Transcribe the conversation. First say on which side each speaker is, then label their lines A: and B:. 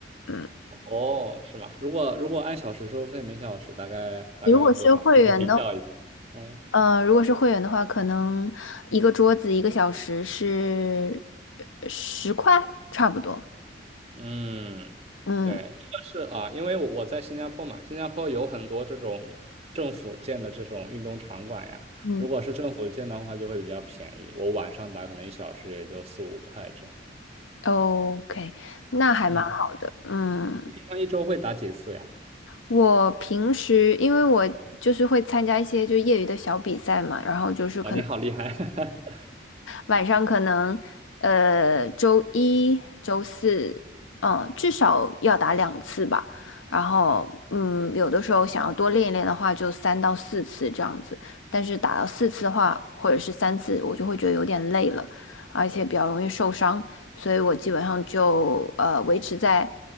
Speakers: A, on the left; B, on the right.
A: 嗯。
B: 哦，是吗？如果如果按小时收费，每小时大概大概多少？
A: 如果是会员的
B: 你是比较一下。嗯
A: 呃，如果是会员的话，可能一个桌子一个小时是十块，差不多。
B: 嗯，
A: 嗯
B: 对，这个是啊，因为我我在新加坡嘛，新加坡有很多这种政府建的这种运动场馆呀。
A: 嗯
B: 如果是政府建的话，就会比较便宜。我晚上打可能一小时也就四五块这样。
A: ，OK，那还蛮好的。
B: 嗯，
A: 嗯，
B: 你平常一周会打几次呀？
A: 我平时因为我就是会参加一些就业余的小比赛嘛，然后就是可能
B: 哇，你好厉害！<laughs>
A: 晚上可能呃周一、周四，嗯，至少要打两次吧。然后嗯，有的时候想要多练一练的话，就三到四次这样子。但是打到四次的话，或者是三次，我就会觉得有点累了，而且比较容易受伤，所以我基本上就呃维持在